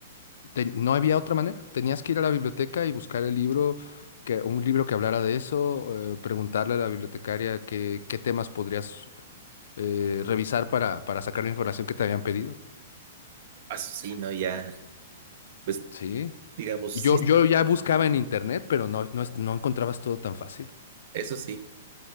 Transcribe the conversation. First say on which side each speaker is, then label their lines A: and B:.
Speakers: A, on the left; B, on the right.
A: Te- no había otra manera. Tenías que ir a la biblioteca y buscar el libro, que, un libro que hablara de eso, eh, preguntarle a la bibliotecaria qué, qué temas podrías eh, revisar para, para sacar la información que te habían pedido.
B: Ah, Eso sí, ¿no? Ya, pues
A: Sí.
B: digamos,
A: Y
B: sí,
A: yo, yo ya buscaba en internet, pero no, no, es- no encontrabas todo tan fácil.
B: eso sí,